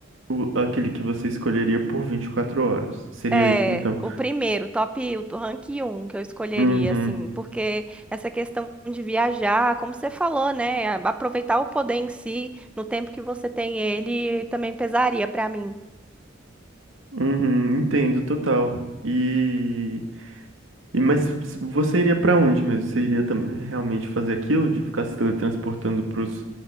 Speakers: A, on the right (about 80°); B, in the centre.
A: O- aquele que você escolheria por 24 horas. Seria
B: É,
A: isso, então.
B: o primeiro, top, o rank um que eu escolheria,
A: Uhum.
B: assim, porque essa questão de viajar, como você falou, né, a- aproveitar o poder em si, no tempo que você tem ele, também pesaria pra mim.
A: Uhum, entendo, total. E, e mas você iria pra onde mesmo? Você iria tam- realmente fazer aquilo de ficar se teletransportando para